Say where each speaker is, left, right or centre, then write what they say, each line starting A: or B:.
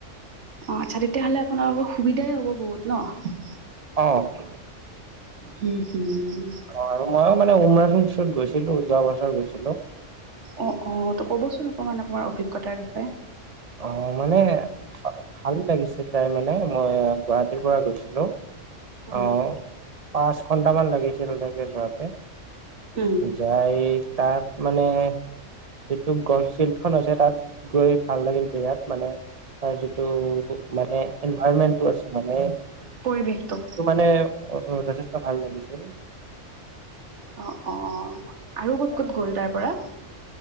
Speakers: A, on the right; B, on the right.
A: অ', আচ্ছা তেতিয়াহ'লে আপোনালোকৰ সুবিধাই হ'ব বহুত ন?
B: অ'। অ',
A: হুম হুম
B: আৰু মইও মানে উমৰাংছুত গৈছিলোঁ, যোৱা বছৰ গৈছিলোঁ।
A: অ', অ', ত ক'বচোন অকমান আপোনাৰ অভিজ্ঞতাৰ বিষয়ে
B: অ', মানে ভাল লাগিছিল তাই মানে মই গুৱাহাটীৰ পৰা গৈছিলোঁ।
A: উম
B: আহ পাঁচ ঘন্টামান লাগিছিল তাতে যোৱাতে।
A: হুম।
B: যাই তাত মানে যিটো গল্ফ ফিল্ড খন আছে তাত গৈ ভাল লাগিল বিৰাট মানে তাৰ যিটো মানে এনভাইৰমেন্টটো আছে মানে
A: পৰিৱেশটো
B: মানে অ', যথেষ্ট ভাল লাগিছিল।
A: অ অ', আৰু ক'ত ক'ত গ'ল তাৰপৰা।